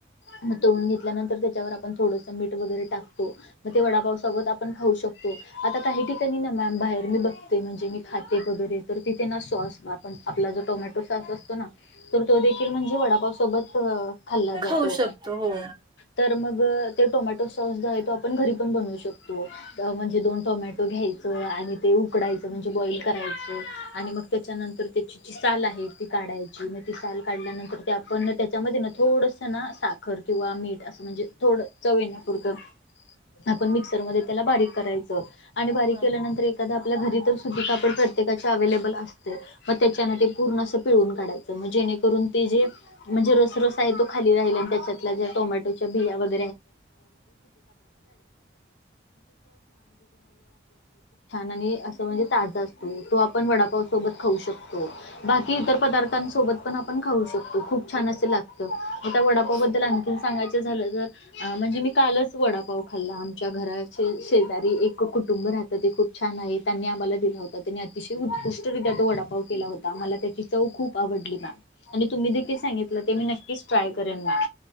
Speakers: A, on the left; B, on the right.
A: म तून घेतल्यानंतर त्याच्यावर. मीठ वगरे टाकतो मग वडापावसोत आपण खाऊ शकतो आता काही ठिकाणी बाहेर मी बघते म्हणजे मी खाते वगैरे तर तिथे ना सॉस बा पण आपला जो टोमॅटो सॉस असतो ना. तर तो देखील म्हणजे वडापाव सोबत खाल्ला
B: खाऊ
A: जातो
B: शकतो हो
A: तर मग. टोमॅटो सॉस जो आहे तो आपण घरी पण बनवू शकतो म्हणजे दोन टोमॅटो घ्यायचं. आणि ते उकडायचं म्हणजे बॉइल करायचं आणि मग त्याच्यानंतर त्याची जी साचाल आहे ती काढायची. म ति साल काढल्यानंतर ते आपण त्याच्यामध्ये ना थोडसं ना साखर किंवा मीठ असं म्हणजे. थोडं चव येण्यापुरतं आपण मिक्सरमध्ये त्याला बारीक करायचं. आणि बारीक
B: हा.
A: केल्यानंतर एक आपल्या घरी सुध कापड प्रत्येका अवलेबल असते मग त्याच्या पूर्ण पिळून काढायच. जेून जे म्हणजे र रस आहे तो खाली रा त्याच्यात टोमॅटोच्या बिया. <inaudible> छान आणि असं म्हणजे ताजा असतो तो आपण वडापावसोबत खाऊ शकतो बाकी इतर पदार्थां सोबत पण आपण खाऊ शकतो खूप छान अस लागत. वडापाबद्दल
B: हो
A: आणखी सांगायच झालं तर म्हणजे मी कालच वडा. व खाल्ला आमच्या घराचे शेजारी एक कुटुंब राहतं ते खूप छान आहे त्यांनी आम्हाला दिला होता. अतिशय उत्कृष्टर्या वडापाव केला होता मला त्याची चव खूप आवडली मॅम आणि तुम्ही देकिल. सांगितलं ते मी नक्कीच ट्राय करेन मॅम.